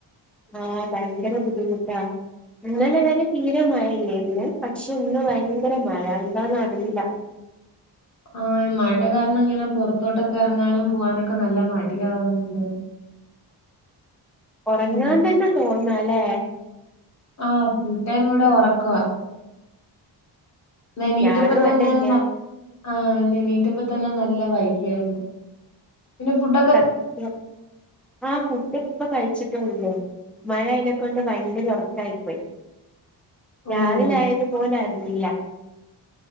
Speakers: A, in the centre; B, on the left (about 40°).
A: അഹ് ഭയങ്കര ബുദ്ധിമുട്ടാ ഇന്നലെ വരെ തീരെ മഴയില്ലായിരുന്നെ പക്ഷെ ഇന്ന് ഭയങ്കര മഴ എന്താണ് അറിയില്ല
B: അഹ് ഈ മഴ കാരണം ഇങ്ങനെ പൊറത്തോട്ടൊക്കെ എറങ്ങാനും പോവാനൊക്കെ നല്ല മടിയവുന്നുണ്ട്.
A: ഒറങ്ങാണ്ടെന്ന
B: ഉം
A: തോന്നാലേ
B: അഹ് ഫുൾ ടൈം ഇവിടെ ഉറക്കവാ ഏണിറ്റപ്പ
A: ഞാനും അതന്നെ
B: തന്നെ ആ ഏണിറ്റപ്പ തന്നെ നല്ല വൈകിയായിരുന്നു പിന്നെ ഫൂഡ
A: സത്യം അഹ് ഫുഡ് ഇപ്പ കഴിച്ചിട്ട ഉള്ളു മഴ അയിനക്കൊണ്ട് ഭയങ്കര ഒറക്കായി പോയി രാവിലെ
B: ഓഹ്
A: ആയതു പോലെ നീല